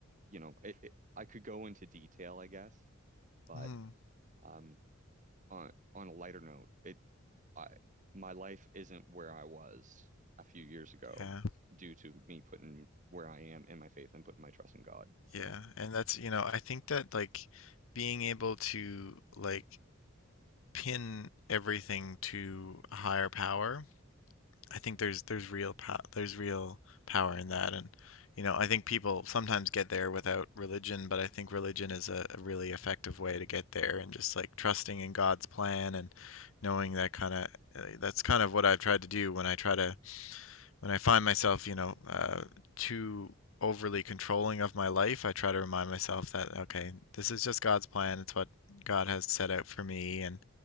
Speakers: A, on the right; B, on the left.
A: you know, it, it, I could go into detail, I guess, but.
B: mm,
A: Um, on on a lighter note, it I my life isn't where I was a few years ago
B: yeah,
A: due to me putting where I am in my faith and putting my trust in God. So
B: yeah. And that's, you know, I think that like being able to like pin everything to a higher power, I think there's there's real pow there's real power in that. And you know, I think people sometimes get there without religion, but I think religion is a, a really effective way to get there and just like trusting in God's plan and knowing that kind of uh, that's kind of what I've tried to do when I try to when I find myself, you know, uh, too overly controlling of my life, I try to remind myself that, okay, this is just God's plan. It's what God has set out for me. And,